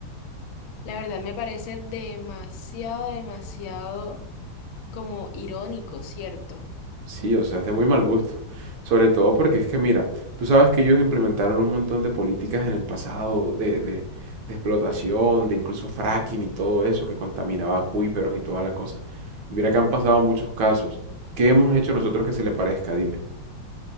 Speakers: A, on the left (about 90°); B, on the right (about 70°).
A: La verdad me parece demasiado, demasiado como irónico, ¿cierto?
B: Sí, o sea, es de muy mal gusto. Sobre todo porque es que, mira, tú sabes que ellos implementaron un montón de políticas en el pasado de, de- de explotación, de incluso fracking y todo eso que contaminaba acuíferos y toda la cosa. Y mira que han pasado muchos casos. ¿Qué hemos hecho nosotros que se le parezca? Dime.